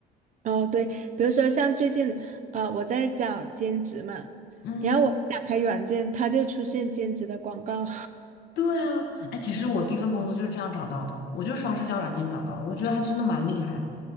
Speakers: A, on the right; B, on the left.
A: 哦，对，比如说像最近，呃，我在找兼职嘛，
B: 嗯，
A: 然后我一打开软件，它就出现兼职的广告，
B: 对啊，哎，其实我第一份工作就是这样找到的，我就是刷社交软件找到的，我觉得还真的蛮厉害的。